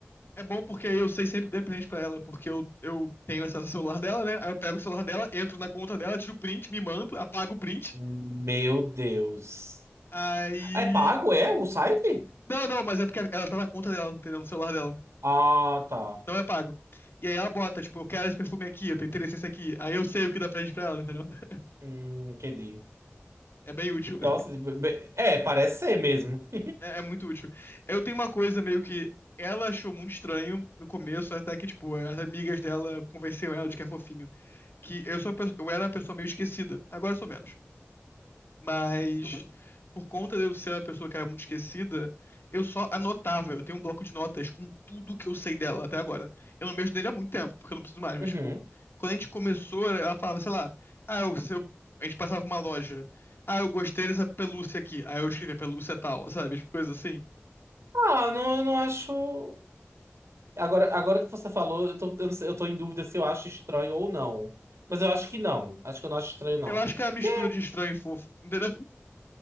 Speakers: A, on the left; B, on the right.
A: É bom porque eu sei sempre que dei presente pra ela, porque eu, eu tenho acesso ao celular dela, né? Aí eu pego o celular dela, entro na conta dela, tiro o print, me mando, apago o print.
B: Meu Deus.
A: Aí.
B: É pago, é, o site?
A: Não, não, mas é porque ela tá na conta dela, entendeu? No celular dela.
B: Ah, tá.
A: Não é pago. E aí ela bota, tipo, eu quero esse perfume aqui, eu tenho interesse nesse aqui. Aí eu sei o que dá presente pra ela, entendeu? <laughs>
B: Hum, entendi.
A: É bem útil.
B: Nossa, be- be- é, parece ser mesmo. <laughs>
A: É, é muito útil. Eu tenho uma coisa meio que ela achou muito estranho no começo, até que, tipo, as amigas dela convenceram ela de que é fofinho. Que eu sou, a pe- eu era a pessoa meio esquecida. Agora eu sou menos. Mas por conta de eu ser a pessoa que era muito esquecida, eu só anotava. Eu tenho um bloco de notas com tudo que eu sei dela até agora. Eu não mexo nele há muito tempo, porque eu não preciso mais, mas,
B: Uhum.
A: tipo, quando a gente começou, ela falava, sei lá, ah, eu, se eu- a gente passava por uma loja. Ah, eu gostei dessa pelúcia aqui. Aí eu escrevia pelúcia tal, sabe? Tipo, coisa assim.
B: Ah, não, eu não acho. Agora, agora que você falou, eu tô, eu não sei- eu tô em dúvida se eu acho estranho ou não. Mas eu acho que não. Acho que eu não acho estranho, não.
A: Eu acho que é a mistura
B: Porque
A: de estranho e fofo, entendeu?